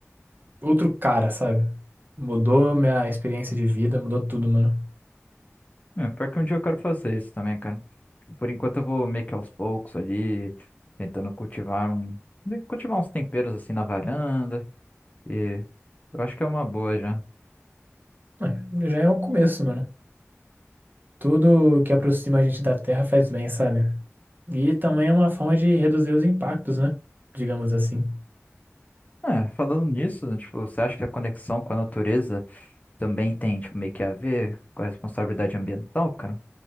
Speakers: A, on the right (about 40°); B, on the left (about 30°).
A: outro cara, sabe? Mudou minha experiência de vida, mudou tudo, mano.
B: É, pior que um dia eu quero fazer isso também, cara. Por enquanto eu vou meio que aos poucos ali, tentando cultivar um... cultivar uns temperos, assim, na varanda. E eu acho que é uma boa já.
A: Ah, Já é um começo, mano. Tudo que aproxima a gente da terra faz bem, sabe? E também é uma forma de reduzir os impactos, né? Digamos assim.
B: É, falando nisso, né, tipo, você acha que a conexão com a natureza também tem, tipo, meio que a ver com a responsabilidade ambiental, cara?